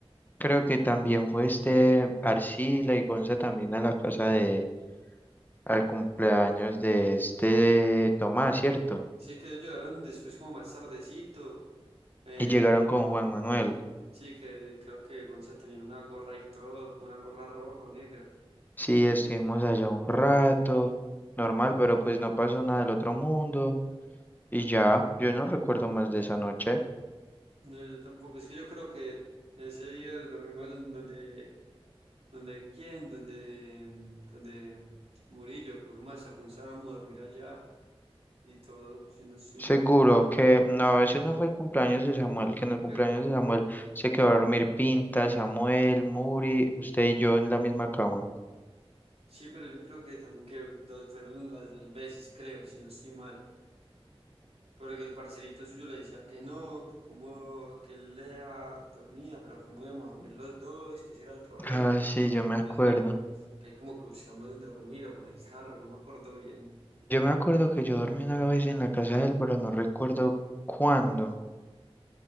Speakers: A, on the left; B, on the right.
A: creo que también fue este Arcila y Gonza también a la casa de, al cumpleaños de este Tomás, ¿cierto?
B: Sí, que ellos llegaron después como más tardecito. Eh,
A: Y llegaron con Juan Manuel.
B: sí, que creo que Gonza tenía una gorra y todo, como una gorra roja o negra.
A: Sí, estuvimos allá un rato, normal, pero pues no pasó nada del otro mundo. Y ya, yo no recuerdo más de esa noche.
B: No, yo tampoco. Es que yo creo que ese día dormimos don- donde, donde, quién, donde, mm, donde Murillo, que fuimos hasta con Samu a dormir allá y todo, si no estoy
A: Seguro
B: mal.
A: que no, ese no fue el cumpleaños de Samuel, que en el cumpleaños
B: Eh,
A: de Samuel se quedó a dormir Pinta, Samuel, Muri, usted y yo en la misma cama.
B: sí, pero yo creo que también que dos- fueron las dos veces, creo, si no estoy mal. Porque el parcerito suyo le decía que no, que como, que él lea dormía, pero cómo íbamos a dormir los dos, que ese era el problema.
A: Ah, sí, yo me acuerdo.
B: Entonces que, que ahí como que buscamos dónde dormir o en el carro, no me acuerdo bien.
A: Yo me acuerdo que yo dormí una vez en la casa de él, pero no recuerdo cuándo,